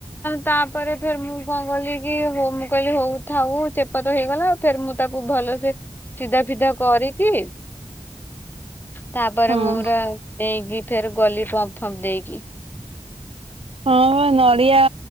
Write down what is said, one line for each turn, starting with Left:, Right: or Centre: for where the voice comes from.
Left: ତାପରେ ଫେରେ ମୁଁ ମୁଁ କଣ କିଲିକି ହଉ ମୁଁ କହିଲି ହଉ ଥାଉ ଚେପା ତ ହେଇଗଲା ଫେରେ ମୁଁ ତାକୁ ଭଲସେ ସିଧା ଫିଧା କରିକି ତାପରେ
Right: ହଁ
Left: ମୋର ଦେଇକି ଫେରେ ଗଲି ପମ୍ପ ଫମ୍ପ ଦେଇକି।
Right: ହଁ ନଡ଼ିଆ